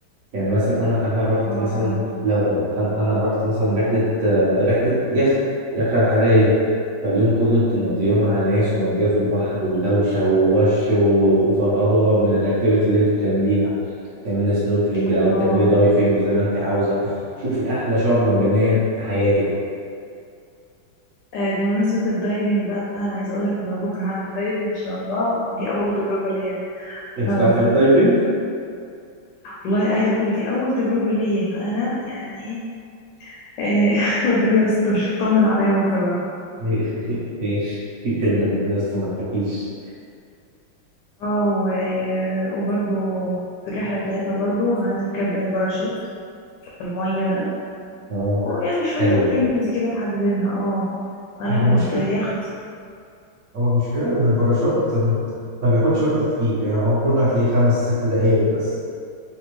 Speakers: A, on the right; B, on the left.
A: يعني مثلا انا انا رحت
B: اه
A: مثلا لو انا انا رحت مثلا رحله آه، رحله يخت رحله بحريه فاليوم كله انت مقضياه مع ناس ومقضياه في البحر ودوشه ووش و- وفرهضه من الاكتيفيتي اللي انت بتعمليها تعملي سنوركلينج
B: الله
A: او بتعملي دايفنج زي ما انت عاوزه شوفي احلى شعاب مرجانيه في حياتك
B: آه، بمناسبة الدايفنج بقى أنا عايزة أقولك إن أنا بكرة هعمل دايفنج إن شاء الله دي أول تجربة ليا
A: انت
B: ف
A: بتعرف تعملي دايفنج
B: والله عايزة أقولك دي أول تجربة ليا فأنا يعني إيه آه، <laughs> ربنا يستر طمن عليا بكرة بقى
A: <laughs> ماشي يلا ربنا يستر ما تخافيش
B: اه و... وبرضو في الرحلة بتاعتنا برضو هنركب باراشوت في المية ده
A: اه
B: ويعني شوية
A: حلوه
B: اكتيفيتيز كده محددينها اه هناخد
A: هو مشكلة
B: يخت
A: هو المشكلة إن الباراشوت ما بياخدش وقت كتير يعني هو كله هتلاقيه خمس ست دقايق بس